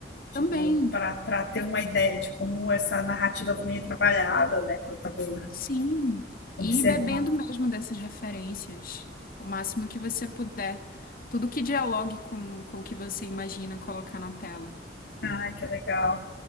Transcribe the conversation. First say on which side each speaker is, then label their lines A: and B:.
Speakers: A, on the left; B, on the left.
A: Tipo,
B: Também
A: para ter uma ideia de como essa narrativa também é trabalhada, né? Para também
B: Sim,
A: observar.
B: e bebendo mesmo dessas referências, o máximo que você puder. Tudo que dialogue com, com o que você imagina colocar na tela.
A: Ai, que legal.